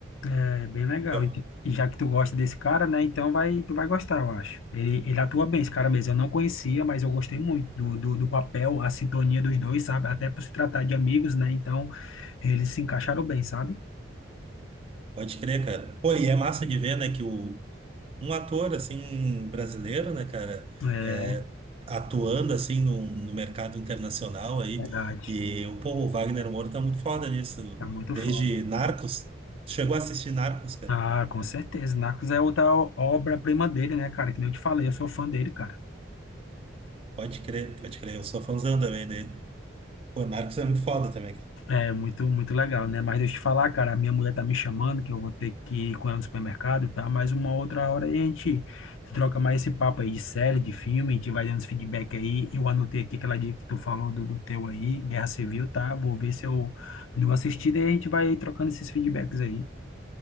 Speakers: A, on the left; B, on the right.
A: É bem legal.
B: Eu-
A: E e já que tu gosta desse cara, né? Então vai, tu vai gostar, eu acho. Ele, ele atua bem, esse cara mesmo. Eu não conhecia, mas eu gostei muito do, do, do papel, a sintonia dos dois, sabe? Até por se tratar de amigos, né? Então eles se encaixaram bem, sabe?
B: Pode crer, cara. Pô, e é massa de ver, né, que o, um ator assim brasileiro, né, cara,
A: É
B: é, atuando assim no, no mercado internacional aí
A: verdade.
B: e o povo Wagner Moura tá muito foda nisso.
A: Tá muito
B: Desde
A: foda.
B: Narcos, chegou a assistir Narcos, cara.
A: Ah, com certeza. Narcos é outra o- obra-prima dele, né, cara? Que nem eu te falei, eu sou fã dele, cara.
B: Pode crer, pode crer, eu sou fãzão também dele. Pô, Narcos é muito foda também, cara.
A: É muito, muito legal, né? Mas deixa eu te falar, cara, a minha mulher tá me chamando, que eu vou ter que ir com ela no supermercado, tá? Mas uma outra hora a gente troca mais esse papo aí de série, de filme, a gente vai dando esse feedback aí. Eu anotei aqui aquela dica que tu falou do, do teu aí, Guerra Civil, tá? Vou ver se eu dou uma assistida e a gente vai trocando esses feedbacks aí.